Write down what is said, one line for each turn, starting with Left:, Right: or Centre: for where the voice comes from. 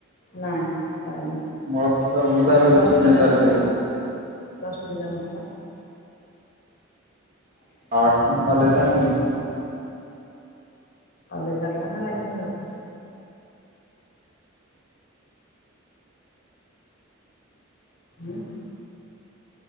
Left: ନାଇଁ ଚାଲନି
Right: ମୋର ତ ମୁଁ
Left: ପ୍ଲ
Right: ତ ଏବେ
Left: ପ୍ଳସ
Right: ଭୁବନେଶ୍ୱରରେ
Left: ଟୁରେ ଯାଉ ନଥିଲା।
Right: ଥିଲି
Left: ପ୍ଲସ ଟୁ ରେ ଯାଉ ନଥିଲା।
Right: ଆ କଲେଜ ଯାଆନ୍ତିି କି?
Left: କଲେଜ ଯାଉଥିଲ ନା ଲାଇନ ମାରି ଯାଉଥିଲା। ଉଁ।